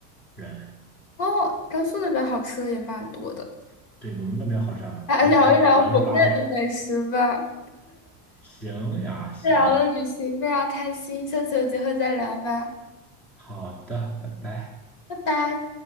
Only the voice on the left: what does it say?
哦，甘肃那边好吃的也蛮多的。
来聊一聊国内的美食吧。
聊了旅行，非常开心，下次有机会再聊吧，
拜拜。